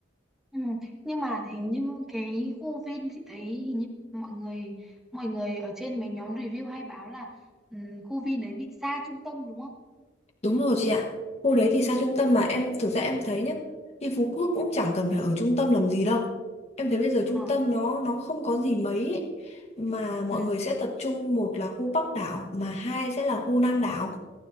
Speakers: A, in the centre; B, on the left.
A: ừ. Nhưng mà hình như cái khu Vin chị thấy hình như mọi người mọi người ở trên mấy nhóm review hay báo là ừ, khu Vin đấy bị xa trung tâm đúng không?
B: Đúng rồi chị ạ. Khu đấy thì xa trung tâm mà em thực ra em thấy nhá, đi Phú Quốc cũng chẳng cần phải ở trung tâm làm gì đâu. Em thấy bây giờ trung
A: Ờ.
B: tâm nó nó không có gì mấy ấy. Mà mọi
A: ừ
B: người sẽ tập trung một là khu Bắc đảo mà hai sẽ là khu Nam đảo